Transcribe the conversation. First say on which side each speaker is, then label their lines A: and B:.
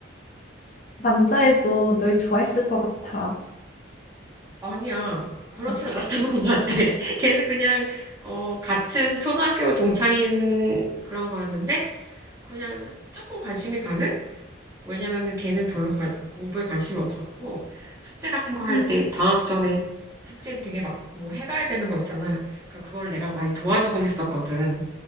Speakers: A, on the left; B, on the right.
A: 남자애도 널 좋아했을 것 같아.
B: 아니야. 그렇진
A: 어.
B: 않았던 것 같아. <laughs> 걔는 그냥, 어, 같은 초등학교 동창인 그런 거였는데, 그냥 조금 관심이 가는? 왜냐면은 걔는 별로 관- 공부에 관심이 없었고, 숙제 같은 거 할
A: 음,
B: 때, 방학 전에 숙제 되게 막 뭐 해가야 되는 거 있잖아. 그러니까 그걸 내가 많이 도와주곤 했었거든.